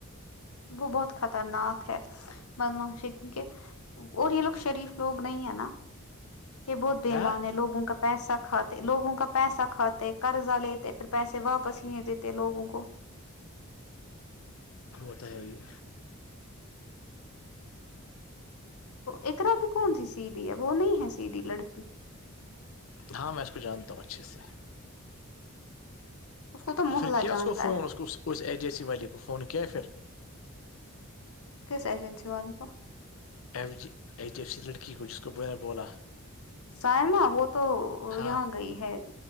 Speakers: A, on the left (about 80°); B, on the left (about 70°).
A: وہ بہت خطرناک ہے م مشی کیونکہ اور یہ لوگ شریف لوگ نہیں ہے نا یہ بہت بےمان
B: ہاں
A: ہے لوگوں کا پیسہ کھاتے لوگوں کا پیسہ کھاتے قرضہ لیتے پھر پیسے واپس ہی نہیں دیتے لوگوں کو
B: ہوتا ہے یہ
A: ار بھی کون سی سیدھی ہے وہ نہیں ہے سیدھی لڑکی
B: ہاں میں اس کو جانتا ہوں اچھے سے
A: اس کو تو محلہ
B: پھر کیا
A: جانتا
B: اس کو فون
A: ہے
B: اس اس ایجیسی والے کو فون کیا ہے پھر
A: کس ایجنسی والے کو
B: F G H D F C لڑکی کو جس کو بیر بولا
A: سائمہ وہ تو
B: ہاں
A: یہاں گئی ہے